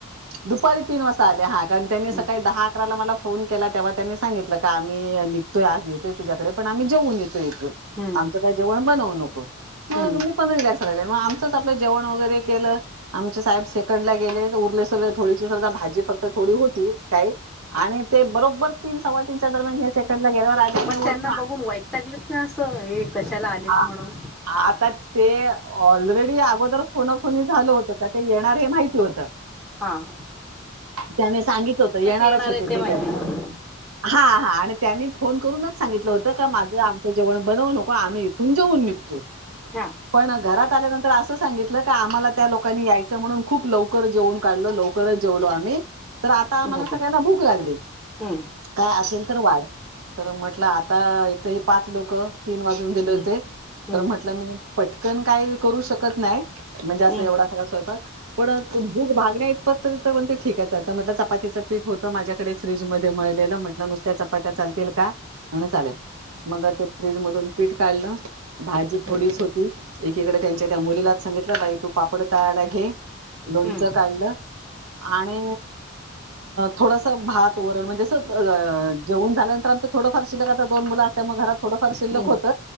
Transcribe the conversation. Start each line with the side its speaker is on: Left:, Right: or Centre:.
Right: दुपारी तीन वाजता आले हा कारण त्यांनी
Centre: हम्म
Right: सकाळी दहा अकराला मला फोन केला तेव्हा त्यांनी सांगितलं का आम्ही निघतोय आज येतोय तुझ्याकडे पण आम्ही जाऊन येतोय इथून.
Centre: हम्म
Right: आमचं काय जेवण बनवू नको मग
Centre: हम्म.
Right: मी मग मी रिलेक्स झाले. मग आमचंच आपलं जेवण वगैरे केलं आमचे साहेब सेकंड ला गेले. उरलं सुरलं थोडीशी च भाजी फक्त थोडी होती काय आणि ते बरोबर तीन सव्वा तीनच्या दरम्यान हे सेकंडला गेल्यावर आले आणि
Centre: मग त्यांना
Right: वरून आ-
Centre: बघून वैतागली <unintelligible> हे कशाला आलेत
Right: आ-
Centre: म्हणून.
Right: आता ते ऑलरेडी अगोदर फोनाफोनी झालं होतं तर ते येणार हे माहिती होत.
Centre: हां.
Right: त्याने सांगितलं होत येणारच
Centre: येणार
Right: होते
Centre: आहे
Right: ते
Centre: माहिती
Right: घरी.
Centre: नव्हतं.
Right: हा हा आणि त्यांनी फोन करूनच सांगितलं होतं का माझं आमचं जेवण बनवू नको आम्ही इथून जेऊन निघ तो.
Centre: हां.
Right: पण घरात आल्यानंतर असं सांगितलं की आम्हाला त्या लोकांनी यायचं म्हणून खूप लवकर जेवुण काढलो लवकरच जेवलो आम्ही तर आता आम्हाला
Centre: भोपी
Right: सगळ्यांना भूक लागली.
Centre: हम्म
Right: काय असेल तर वाढ तर म्हटलं आता एक तर हे पाच लोक तीन वाजून गेले
Centre: हम्म
Right: होते
Centre: हम्म
Right: तर म्हटलं मी पटकन काय करू शकत नाही. म्हणजे असं
Centre: हम्म
Right: एवढा सगळा स्वयंपाक पण दुध भात <unintelligible> पण ते ठीक आहे चालतं आ म्हटलं चपातीच पीठ होतं माझ्याकडे फ्रीज मध्ये मळलेलं म्हटलं नुसत्या चपात्या चपात्या चालतील का म्हणले चालेल मग ते फ्रीज मधून पीठ काढलं. भाजी थोडीच
Centre: हम्म
Right: होती एकीकडे त्यांच्या त्या मुलीलाच सांगितलं ताई तू पापड ताळायला घे. लोणचं
Centre: हम्म
Right: काढलं. आणि थोडसं भात वरण म्हणजे असं जेवून झाल्यानंतर आमचं थोडंफार शिल्लक आता दोन मुल असल्यामुळं मग घरात थोडंफार शिल्लक
Centre: हम्म
Right: होत